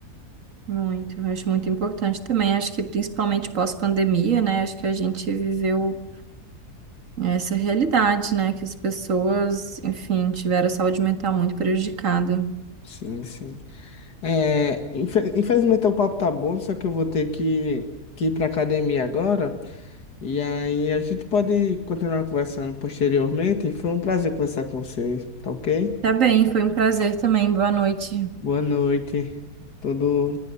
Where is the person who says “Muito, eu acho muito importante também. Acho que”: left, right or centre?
Right